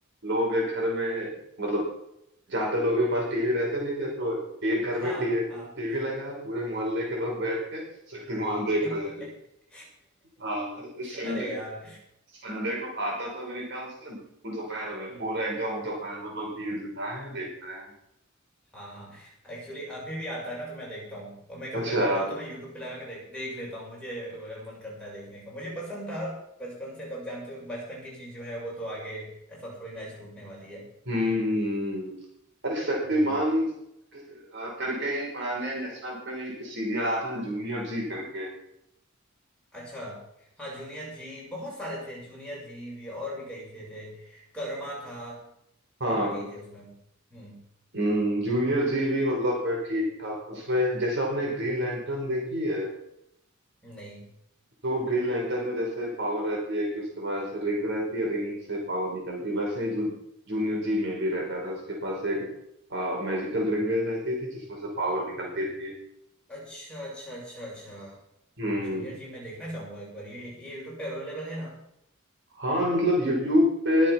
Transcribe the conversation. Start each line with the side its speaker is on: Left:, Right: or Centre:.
Right: लोग घर में मतलब ज्यादा लोगों के पास टीवी रहते नहीं थे तो एक घर
Centre: हाँ
Right: में टी, टीवी
Centre: हाँ
Right: लगा पूरे मोहल्ले के लोग बैठ के शक्तिमान देख
Centre: <laughs>
Right: रहे हैं हाँ संडे
Centre: अरे यार
Right: संडे को आता था मेरे ख्याल से दोपहर में
Centre: हम्म
Right: पूरा एकदम दोपहर में लोग भीड़ जुटाए हैं देख रहे हैं
Centre: हाँ हाँ एक्चुअली अभी भी आता है ना तो मैं देखता हूँ और मैं कभी
Right: अच्छा
Centre: कभी मेरा मन हो तो मैं यूट्यूब पे लगा के देख देख लेता हूँ मुझे अगर मन करता है देखने का मुझे पसंद था बचपन से तो अब जानते हो बचपन की चीज जो है वो तो आगे ऐसा थोड़ी ना छूटने वाली है
Right: हम्म अरे शक्तिमान
Centre: हम्म
Right: अ, करके ही पुराने नेशनल पे एक सीरियल आता है जूनियर जी करके
Centre: अच्छा हाँ जूनियर जी बहुत सारे थे जूनियर जी भी और भी कई थे थे कर्मा था
Right: हाँ
Centre: और भी कई थे उसमें हम्म
Right: हम्म जूनियर जी भी मतलब ठीक था उसमें जैसे आपने ग्रीन लैंटर्न देखी है
Centre: नहीं
Right: तो ग्रीन लैंटर्न में जैसे पावर रहती है कि उसके पास रिंग रहती है रिंग से पावर निकलती है वैसे ही जू, जूनियर जी में भी रहता था उसके पास एक मैजिकल रिंग रहती थी जिसमें से पावर निकलती थी
Centre: अच्छा अच्छा अच्छा अच्छा
Right: हम्म
Centre: जूनियर जी मैं देखना चाहूंगा एक बार ये ये यूट्यूब पे अवेलेबल है ना
Right: हाँ मतलब यूट्यूब पे